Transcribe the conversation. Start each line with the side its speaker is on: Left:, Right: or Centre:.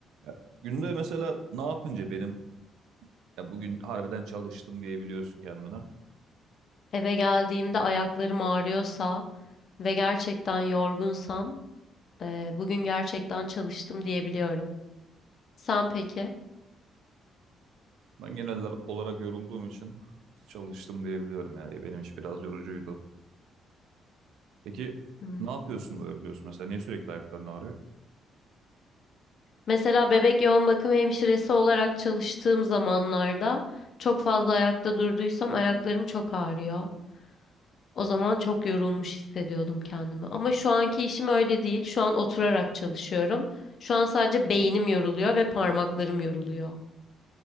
Right: Ya, günde mesela ne yapınca benim ya bugün harbiden çalıştım diyebiliyorsun kendine.
Left: Eve geldiğimde ayaklarım ağrıyorsa ve gerçekten yorgunsam, eee, bugün gerçekten çalıştım diyebiliyorum. Sen peki?
Right: Ben genel olarak yorulduğum için <laughs> çalıştım diyebiliyorum ya. Benim iş biraz yorucuydu. Peki
Left: Hmm.
Right: ne yapıyorsun da yoruluyorsun mesela? Niye sürekli ayakların ağrıyor?
Left: Mesela bebek yoğun bakım hemşiresi olarak çalıştığım zamanlarda çok fazla ayakta durduysam ayaklarım çok ağrıyor. O zaman çok yorulmuş hissediyordum kendimi. Ama şu anki işim öyle değil. Şu an oturarak çalışıyorum. Şu an sadece beynim yoruluyor ve parmaklarım yoruluyor.